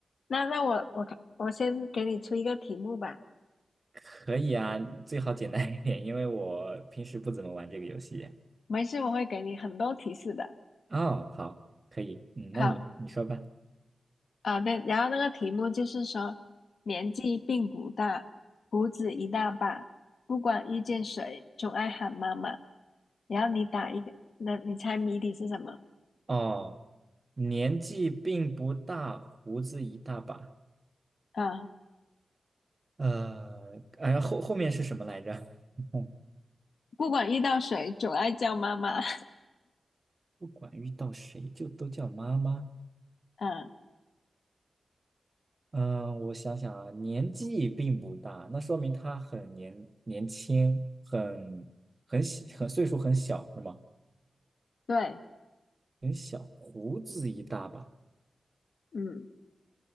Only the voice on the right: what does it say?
可以啊，最好简单一点，因为我平时不怎么玩这个游戏。
哦，好，可以。嗯，
那你你说吧。
哦，年纪并不大，胡子一大把。
呃，哎呀，后后面是什么来着？<laughs>
不管遇到谁就都叫妈妈。
嗯，我想想啊，年纪并不大，那说明他很年年轻，很很小，很岁数很小，是吗？
很小，胡子一大把。